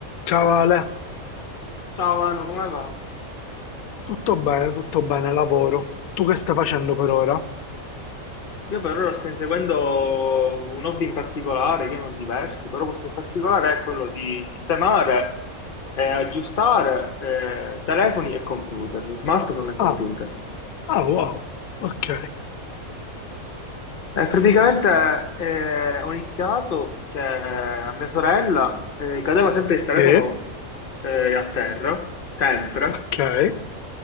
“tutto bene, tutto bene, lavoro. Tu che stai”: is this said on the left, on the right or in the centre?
Left